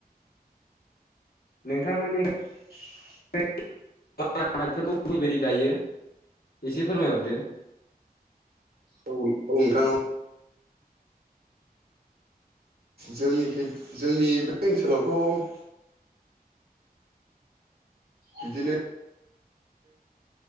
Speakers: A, on the left (about 70°); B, on the right (about 70°).
A: नोंथांमोननि
B: <inaudible>
A: <unintelligible> माय आबादफोरखौ बोरै बोरै गायो एसे फोरमायहरदो।
B: औ औ नोंथां औ। जोंनिखै जोंनि बे ओनसोलावथ' बिदिनो